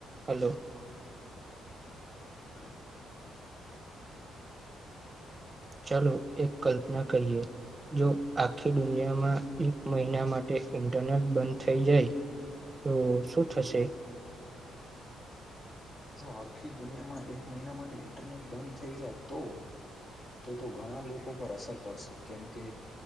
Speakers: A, on the right; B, on the left.
A: hello
B: <inaudible>
A: ચાલો એક કલ્પના કરીહીએ જો આખી દુનિયામાં એક મહિના માટે ઇન્ટરનેટ બંધ થઈ જાય તો શું થશે
B: જો આખી દુનિયામાં એક મહિના માટે ઇન્ટરનેટ બંધ થઈ જાય તો તો તો ઘણા લોકો પર અસર પડશે કેમકે